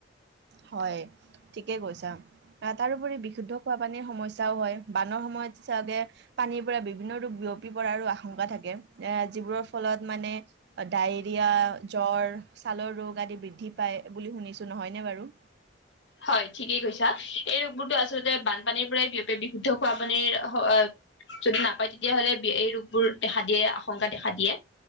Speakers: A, on the right (about 60°); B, on the left (about 75°).
A: হয় ঠিকেই কৈছা আহ তাৰোপৰি বিশুদ্ধ খোৱা পানীৰ সমস্যাও হয় বানৰ সময়ত চাগে পানীৰ পৰা বিভিন্ন ৰোগ বিয়পি পৰাৰো আশংকা থাকে এ যিবোৰৰ ফলত মানে ডায়েৰিয়া জ্বৰ ছালৰ ৰোগ আদি বৃদ্ধি পায় বুলি শুনিছো নহয়নে বাৰু
B: হয় ঠিকেই কৈছা এই ৰোগবোৰতো আচলতে বানপানীৰ পৰাই বিয়পি বিশুদ্ধ খোৱা পানীৰ হ যদি নাপায় তেতিয়াহ'লে এই ৰোগবোৰ দেখা দিয়ে আশংকা দেখা দিয়ে